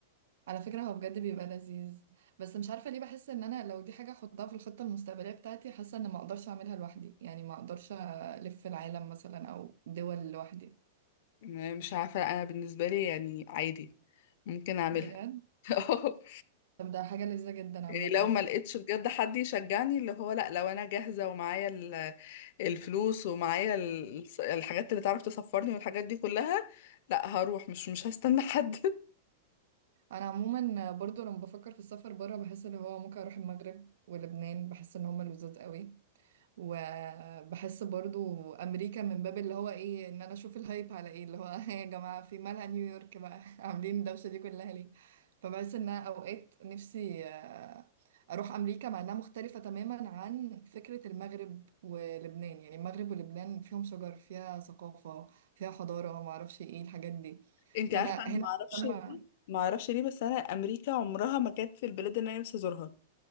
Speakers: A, on the right (about 65°); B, on the left (about 45°).
A: على فكرة هو بجد بيبقى لذيذ بس مش عارفة ليه بحس ان انا لو دي حاجة احطها في الخطة المستقبلية بتاعتي حاسة ان ما اقدرش اعملها لوحدي يعني ما اقدرش الف العالم مثلا او دول لوحدي
B: م- مش عارفه انا بالنسبه لي يعني عادي ممكن اعملها
A: بجد
B: <laughs>
A: طب ده حاجة لذيذة جدا عامة
B: يعني لو ما لقيتش بجد حد يشجعني اللي هو لا لو انا جاهزة ومعايا ال- الفلوس ومعايا ال- الحاجات اللي تعرف تسفرني والحاجات دي كلها لا هروح مش مش هستنى حد <laughs>
A: انا عموما برضو لما بفكر في السفر بره بحس ان هو ممكن اروح المغرب ولبنان بحس ان هما لذاذ قوي وبحس برضو امريكا من باب اللي هو ايه ان انا اشوف الهايب على ايه اللي هو <laughs> يا جماعه في مالها نيويورك بقى <laughs> عاملين الدوشه دي كلها ليه فبحس ان أنا اوقات نفسي آه، اروح امريكا مع انها مختلفه تماما عن فكره المغرب ولبنان يعني المغرب ولبنان فيهم شجر فيها ثقافه فيها حضاره ما اعرفش ايه الحاجات دي
B: انت
A: فانا
B: عارفة انا
A: هنا
B: ما اعرفش
A: مهتمه
B: ما اعرفش ليه بس انا امريكا عمرها ما كانت في البلاد اللي انا نفسي ازورها